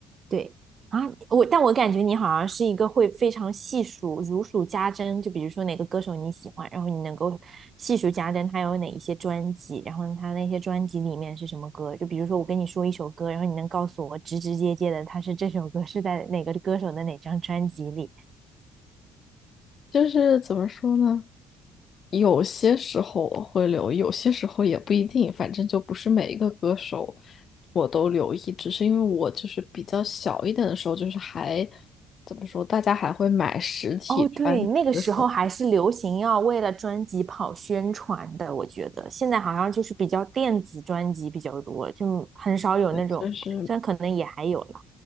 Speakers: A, on the right; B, on the left.
A: 对啊，我但我感觉你好像是一个会非常细数、如数家珍，就比如说哪个歌手你喜欢，然后你能够细数家珍他有哪一些专辑，然后他那些专辑里面是什么歌。就比如说我跟你说一首歌，然后你能告诉我直直接接的，他是这首歌是在哪个歌手的哪张专辑里。
B: 就是怎么说呢？有些时候我会留意，有些时候也不一定，反正就不是每一个歌手我都留意，只是因为我就是比较小一点的时候，就是还怎么说，大家还会买实体专辑的时候，
A: 哦，对，那个时候还是流行要为了专辑跑宣传的，我觉得现在好像就是比较电子专辑比较多，就很少有那种，
B: 对就是
A: 虽然可能也还有了。